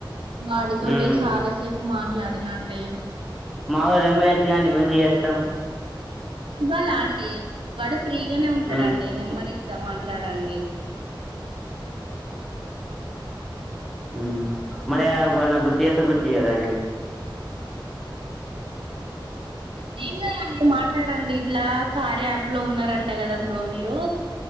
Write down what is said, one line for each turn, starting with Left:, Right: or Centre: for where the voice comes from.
Right: వాడితోటే
Centre: మ్మ్
Right: చాలా సేపు మాట్లా తిన్నండి
Centre: మావోలు రెంబైయాచ్చ కానీ నువ్వు ఎందుకు చేతావ్
Right: ఇవాల అండి వాడుస్ ఫ్రీగానే ఉంటాడా
Centre: మ్మ్
Right: అండి నెంబర్ ఇస్తా మాట్లాడండి
Centre: ఉమ్ మన యావన్న గుర్తు చేత్తదా గుర్తు చేయదా అండి ఏ
Right: ఏం కాదండి మాట్లాడండి ఇట్లా కార్య యాప్ లో ఉన్నారంట కదా బ్రో మీరు